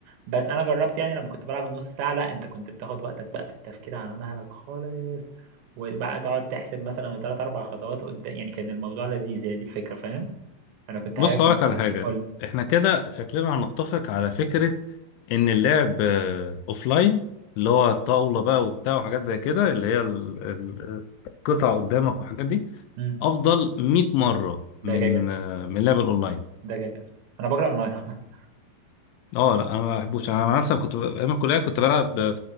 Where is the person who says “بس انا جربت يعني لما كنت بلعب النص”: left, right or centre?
Right